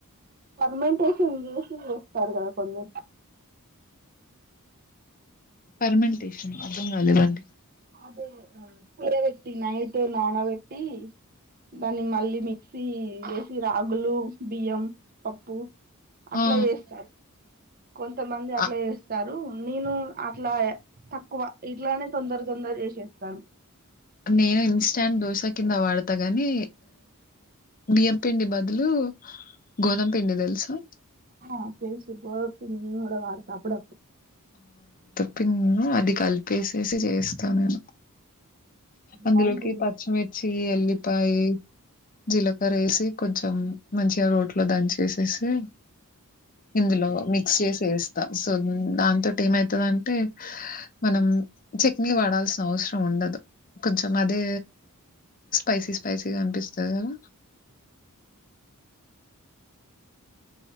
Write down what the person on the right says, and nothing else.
ఫర్మెంటేషన్ ఇ చేసి చేస్తారు కదా కొందరు
అదే పెట్టి నైట్ నాణ పెట్టి దాన్ని మళ్ళీ మిక్సీ చేేసి రాగులు బియ్యం పప్పు అట్లా
చేస్తారు కొంతమంది అట్లా
చేస్తారు నేను అట్లా తక్కువ ఇట్లా తొందర తొందర చేసేస్తాను
హా తె శు బ కూడా వాత అపుడ
బాగుంటుంది